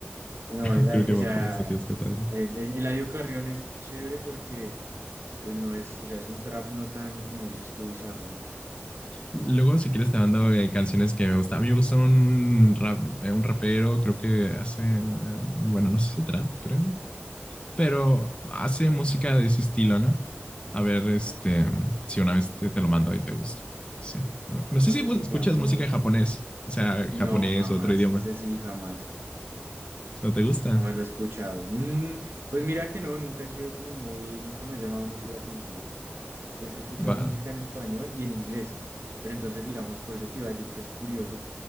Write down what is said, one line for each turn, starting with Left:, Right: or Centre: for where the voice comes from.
Right: No,
Left: <laughs>
Right: eh,
Left: Creo que
Right: eh,
Left: va
Right: o sea,
Left: por sentidos contrarios.
Right: el- el- Eladio Carrión es chévere porque, pues no es, o sea, es un trap no tan, como dices tú, bizarro, ¿no?
Left: Luego, si quieres, te mando eh, canciones que me gustan. A mí me gusta un rap, eh, un rapero, creo que hace, eh, bueno, no sé si trap, creo. pero hace música de ese estilo, ¿no? A ver, este, si una vez te, te lo mando y te gusta. Sí. A lo mejor. No sé
Right: Entonces,
Left: si gu-
Right: digamos,
Left: escuchas música en japonés, o sea,
Right: no,
Left: japonés,
Right: jamás,
Left: otro idioma.
Right: ese sí, jamás.
Left: ¿No te gusta?
Right: Jamás lo he escuchado. Mm, pues mira que no, nunca he sido como muy, nunca me ha llamado mucho la atención. Siempre he escuchado
Left: Va.
Right: música en español y en inglés. Pero entonces, digamos, por eso te iba a decir que es curioso,